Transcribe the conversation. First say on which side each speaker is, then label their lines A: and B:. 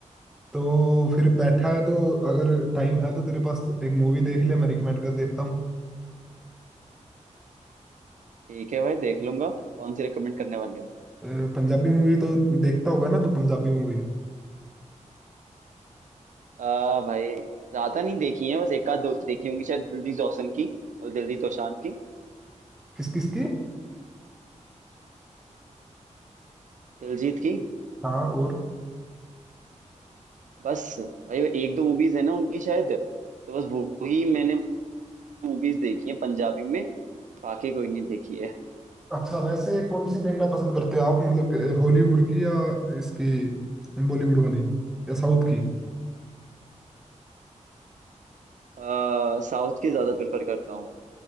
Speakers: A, in the centre; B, on the right.
A: तो फिर बैठा है तो अगर टाइम है तो तेरे पास एक मूवी देख ले मैं रिकमेंड कर देता हूँ
B: ठीक है भाई देख लूंगा कौन सी रिकमेंड करने वाले हो
A: अ, पंजाबी मूवी तो देखता होगा ना तू पंजाबी मूवी
B: आ भाई ज्यादा नहीं देखी है बस एक आध दो देखी होंगी शायद दिलजीत दोसान की मतलब दिलजीत दोसांझ की
A: किस किस की
B: दिलजीत की
A: हाँ और
B: बस भाई वो एक दो मूवीज है ना उनकी शायद तो बस वो ही मैंने मूवीज देखी है पंजाबी में बाकी कोई नहीं देखी है
A: अच्छा वैसे कौन सी देखना पसंद करते हो आप मतलब कि हॉलीवुड की या इसकी बॉलीवुड वाली या साउथ की
B: आ साउथ की ज्यादा प्रेफर करता हूँ